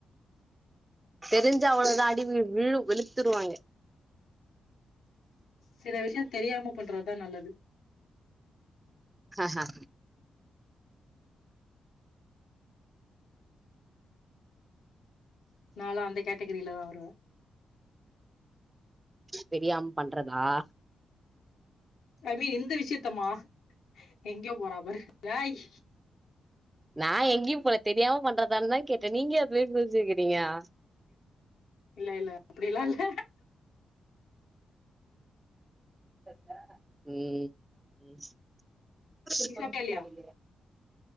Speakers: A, on the right (about 20°); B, on the left (about 80°).
A: தெரிஞ்சா அவ்ளதா அடி விழு விழு வெளுத்துருவாங்க
B: சில விஷ்யோத் தெரியாம பண்றத்தா நல்லது
A: அ ஆ
B: நாலு அந்த கேட்டகிரிலதா வருவே
A: பெரியாம் பண்றதா
B: அமீ எந்த விஷ்யத்தமா எங்யோ போறா பாரு ஏய்
A: நா எங்யும் போல தெரியாம பண்றதான்தா கேட்டே நீங்க ஏ அத் மேரி <unintelligible>
B: இல்ல இல்ல அப்டிலா இல்ல
A: ம்
B: நீ சாப்ட்டியா இல்லையா